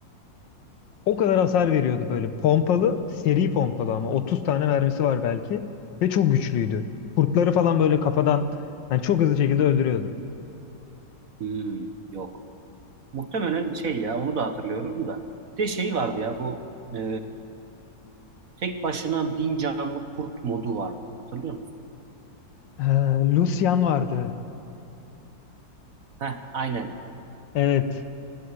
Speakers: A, on the left (about 75°); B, on the right (about 50°).
A: O kadar hasar veriyordu böyle. Pompalı, seri pompalı ama. 30 tane mermisi var belki. Ve çok güçlüydü. Kurtları falan böyle kafadan yani çok hızlı şekilde öldürüyordu.
B: Hmm, yok. Muhtemelen şey ya onu da hatırlıyorum da. Bir de şey vardı ya bu e, tek başına bin canlı kurt modu vardı. Hatırlıyor musun?
A: Ha, Lucian vardı.
B: Heh, aynen.
A: Evet.